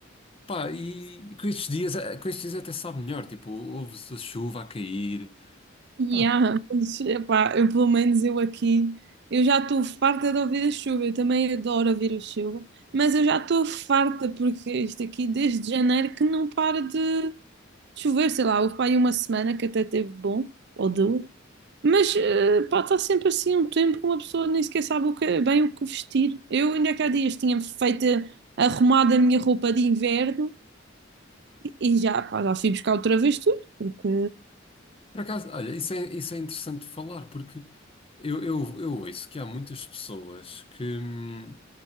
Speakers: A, on the left; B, on the right.
A: Pá, e, e com estes dias, eh, com estes dias até sabe melhor, tipo, ouve-se a chuva a cair.
B: Yeah,
A: Pá,
B: mas, epá, eu pelo menos eu aqui, eu já estou farta de ouvir a chuva, eu também adoro ouvir a chuva, mas eu já estou farta porque isto aqui desde janeiro que não para de chover, sei lá, houve para aí uma semana que até teve bom, ou duas, mas eh, pá, está sempre assim um tempo que uma pessoa nem sequer sabe o que- bem o que vestir. Eu ainda que há dias tinha feito, arrumado a minha roupa de inverno e já, pá, já fui buscar outra vez tudo, porque
A: por acaso, olha, isso é, isso é interessante de falar, porque eu, eu, eu ouço que há muitas pessoas que hum,